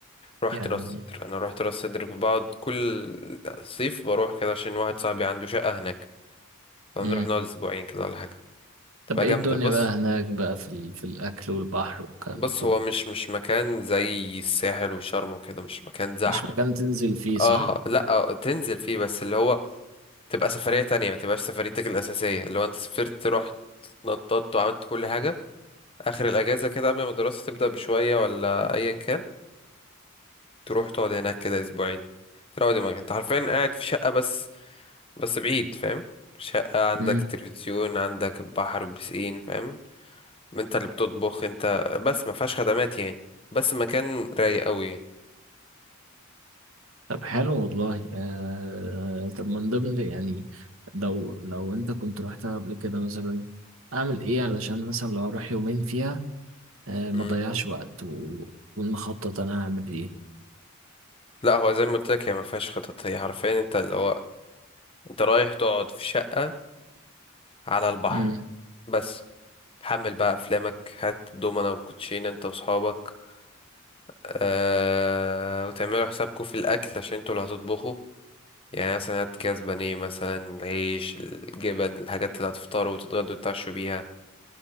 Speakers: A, on the left (about 25°); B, on the right (about 75°).
A: رحت
B: يعني
A: راس صدر انا رحت راس صدر بقعد كل صيف بروح كده عشان واحد صاحبي عنده شقه هناك فبنروح
B: مم.
A: نقعد اسبوعين كده ولا حاجه
B: طب
A: تبقى
B: ايه
A: جامده
B: الدنيا
A: بص
B: بقى هناك بقى في ال... في الاكل والبحر والكلام
A: بص
B: ده كله
A: هو مش مش مكان زي الساحل وشرم وكده مش مكان زحمه
B: مش مكان تنزل فيه صح
A: اه لا آه، تنزل فيه بس اللي هو تبقى سفرية تانية ما تبقاش سفريتك الأساسية اللي هو انت سافرت رحت نططت وعملت كل حاجة آخر الأجازة كده قبل ما الدراسة تبدأ بشوية ولا أيا كان تروح تقعد هناك كده أسبوعين تروق دماغك انت حرفيا قاعد في شقة بس بس بعيد فاهم شقة عندك
B: مم.
A: تلفزيون عندك بحر وبسين فاهم انت اللي بتطبخ انت بس ما فيهاش خدمات يعني بس مكان رايق قوي يعني.
B: طب حلو والله آه... طب من ضمن يعني لو لو انت كنت رحتها قبل كده مثلا اعمل ايه علشان مثلا لو اروح يومين فيها آه ما
A: مم.
B: ضيعش وقت و... ونخطط انا هعمل
A: لا هو زي ما قلت لك هي ما فيهاش خطط هي حرفيا انت اللي هو انت رايح تقعد في شقة على البحر
B: ايه
A: بس تحمل بقى افلامك هات دومنا والكوتشين انت واصحابك أه وتعملوا حسابكم في الاكل عشان انتوا اللي هتطبخوا يعني مثلا هات كاس بانيه مثلا العيش الجبن الحاجات اللي هتفطروا وتتغدوا وتتعشوا بيها